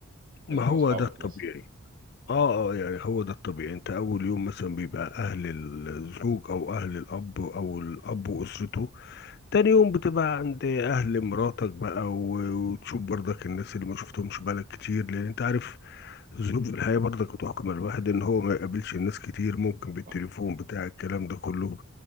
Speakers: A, on the left (about 50°); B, on the right (about 40°).
A: ما
B: انت
A: هو
B: واصحابك
A: ده الطبيعي
B: مثلا
A: آه آه يعني هو ده الطبيعي أنت أول يوم مثلا بيبقى أهل الزوج أو أهل الأب أو الأب وأسرته تاني يوم بتبقى عند أهل مراتك بقى و- وتشوف برضك الناس اللي ما شفتهمش بقالك كتير لأن أنت عارف ظروف الحياة برضك بتحكم على الواحد إن هو ما يقابلش الناس كتير ممكن بالتليفون
B: صح
A: بتاع الكلام ده كله